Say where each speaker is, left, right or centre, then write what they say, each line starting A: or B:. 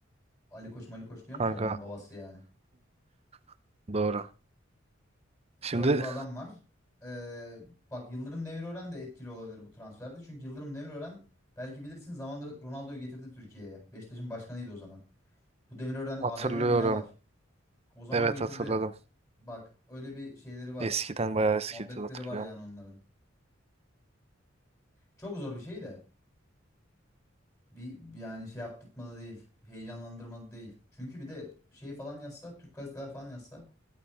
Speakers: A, on the left (about 15°); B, on the right (about 30°).
A: Ali Koç, Mali Koç diyorsunuz
B: Kanka
A: ya onun babası yani.
B: <laughs> doğru. Şimdi
A: Öyle bir adam var. Ee, bak Yıldırım Demirören de etkili olabilir bu transferde. Çünkü Yıldırım Demirören belki bilirsin zamanında Ronaldo'yu getirdi Türkiye'ye. Beşiktaş'ın başkanıydı o zaman. Bu Demirören AVM
B: hatırlıyorum.
A: mi ne var? O zaman
B: Evet
A: getirdi.
B: hatırladım.
A: Bak öyle bir şeyleri var.
B: Eskiden bayağı eskiydi
A: Muhabbetleri
B: hatırlıyorum.
A: var yani onların. Çok zor bir şey de. Bir, bir yani şey yaptırtmadı değil. Heyecanlandırmadı değil. Çünkü bir de şey falan yazsa, Türk gazeteler falan yazsa